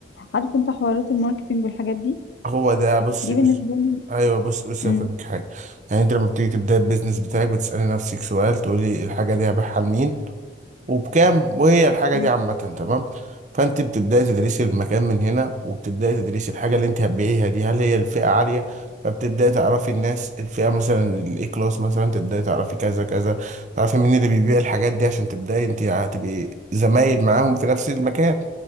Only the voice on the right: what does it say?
هو ده بصي
بص
ايوه بص بص
هفهمك حاجه يعني انت لما بتيجي تبدا البيزنس بتاعك بتسألي نفسك سؤال تقولي الحاجه دي هبيعها لمين وبكام وهي الحاجة
دي عامة تمام فانت بتبدأي تدرسي المكان من هنا وبتبدأي تدرسي الحاجة اللي انت هتبيعيها دي هل هي الفئة عالية فبتبدأي تعرفي الناس الفئة مثلا الاي كلاس مثلا تبدأي تعرفي كذا كذا تعرفي مين اللي بيبيع الحاجات دي عشان تبدأي انت هتبقي زمايل معاهم في نفس المكان